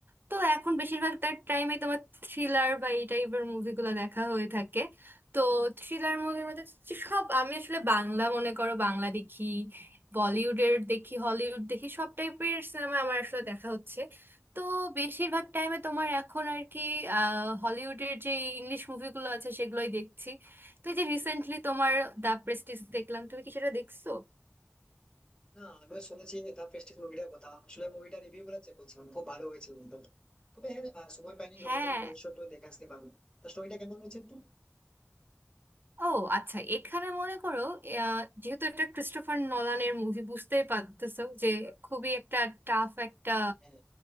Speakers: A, on the right; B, on the left.
A: তো এখন বেশিরভাগ তার টাইমে তোমার থ্রিলার বা এই টাইপের মুভিগুলো দেখা হয়ে থাকে তো থ্রিলার মুভির মধ্যে হচ্ছে সব আমি আসলে বাংলা মনে করো বাংলা দেখি বলিউডের দেখি হলিউড দেখি সব টাইপের সিনেমা আমার আসলে দেখা হচ্ছে তো বেশিরভাগ টাইমে তোমার এখন আর কি আহ, হলিউডের যে ইংলিশ মুভিগুলো আছে সেগুলোই দেখছি তো এই যে রিসেন্টলি তোমার দ্য প্রেস্টিজ দেখলাম তুমি কি সেটা দেখছো
B: না আমিও শুনেছি দ্য প্রেস্টিজ মুভিটার কথা আসলে মুভিটা রিভিউ গুলো চেক করছিলাম খুব ভালো হয়েছে বন্ধু তবে হ্যাঁ আহ, সময় পাইনি
A: হ্যাঁ
B: যখন তুমি বলছো তো দেখে আসতে পারো তো স্টোরিটা কেমন হয়েছে একটু
A: ও আচ্ছা এখানে মনে করো আহ, যেহেতু এটা ক্রিস্টোফার নলানের মুভি বুঝতেই পারতেছো যে খুবই একটা টাফ একটা
B: হ্যাঁ